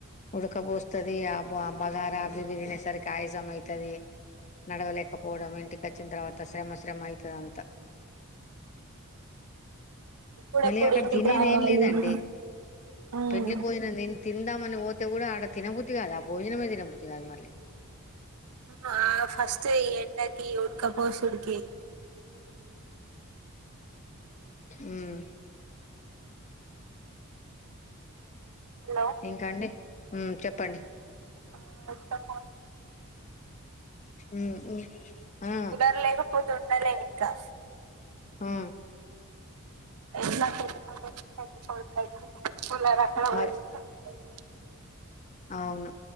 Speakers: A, on the left; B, on the right.
A: ఉడకపోస్తది ఆ బ బగారా అవి వి తినే సరికి ఆయాసం అయితది నడవలేకపోవడం ఇంటి చిన తర్వాత శ్రమ శ్రమ అయితది అంత
B: ఇప్పుడెప్పుడు
A: మళ్ళీ అక్కడ
B: ఇంటికి
A: తినేది
B: రావాలి
A: ఏం లేదండి
B: అవును
A: పెళ్లి భోజనం తిని తింద మని పో తే కూడా అడ తినబుద్ది కాదు ఆ భోజనమే తినబుద్ది కాదు మళ్ళీ
B: అ ఫస్ట్ ఎండాకి ఉడుక పోసుడికి
A: ఉమ్
B: హలో
A: ఇంకా అండి. ఉమ్ చెప్పండి.
B: ఆహ్ ఎంత ఫాల్స్.
A: ఉమ్ ఉమ్ ఆ
B: కూలర్ లేకపోతేఉండలేను ఇంకా.
A: ఉమ్
B: ఎట్లా పెళ్ళికొడుకైతే. కూలర్ అక్కడ పోయి
A: మరి
B: కూర్చున్న నేను.
A: అవును